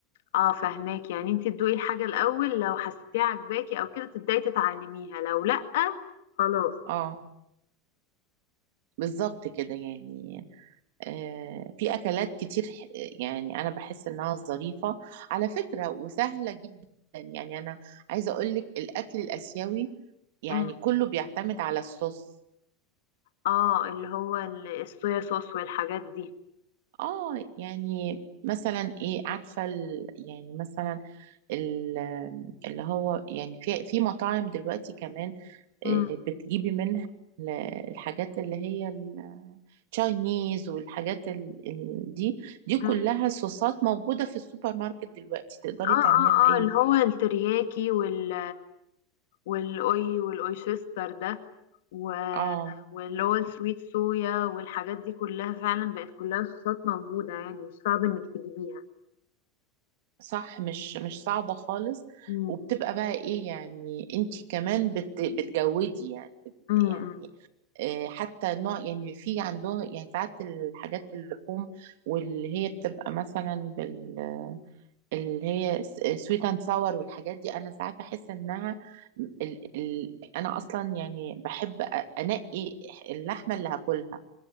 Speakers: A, on the left; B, on the right.
A: اه فهماك يعني انتي تدوقي الحاجه الاول لو حسيتيها عجباكي او كده تبداي تتعلميها لو لا خلاص
B: اه بالظبط كده يعني آه في اكلات كتير ح- يعني انا بحس انها ظريفه على فكره وسهله جدا يعني انا عايزه اقول لك الاكل الاسيوي يعني
A: امم
B: كله بيعتمد على الصوص
A: اه اللي هو ال- الصويا صوص والحاجات دي
B: اه يعني مثلا ايه عارفه ال... يعني مثلا ال... اللي هو يعني في في مطاعم دلوقتي كمان
A: مم.
B: آه، بتجيبي منها ال- الحاجات اللي هي التشاينيز والحاجات ال... ال... دي دي كلها
A: مم.
B: صوصات موجوده في السوبر ماركت دلوقتي تقدري
A: اه
B: تعمليها
A: اه
B: في
A: اه
B: اي
A: اللي هو الترياكي وال والاوي والاويشستر ده و...
B: اه
A: واللي هو السويت صويا والحاجات دي كلها فعلا بقت كلها صوصات موجودة يعني مش صعب انك تجيبيها
B: صح مش مش صعبة خالص
A: مم.
B: وبتبقى بقى ايه يعني انتي كمان بت بتجودي يعني بت
A: مم.
B: يعني
A: مم.
B: آه، حتى نوع يعني في عندها يعني ساعات الحاجات اللحوم واللي هي بتبقى مثلا بال اللي هي سويت اند ساور والحاجات دي انا ساعات بحس انها ال ال انا اصلا يعني بحب أ- انقي اللحمه اللي هاكلها